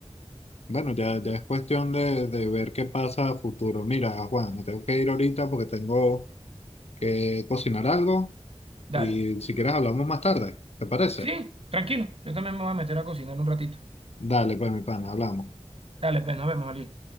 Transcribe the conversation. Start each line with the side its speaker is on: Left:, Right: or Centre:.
Left: Bueno, ya, ya es cuestión de, de ver qué pasa a futuro. Mira, Juan, me tengo que ir ahorita porque tengo que cocinar algo.
Right: Dale.
Left: Y si quieres hablamos más tarde, ¿te parece?
Right: Sí, tranquilo. Yo también me voy a meter a cocinar un ratito.
Left: Dale, pues mi pana, hablamos.
Right: Dale, pues nos vemos, Ali.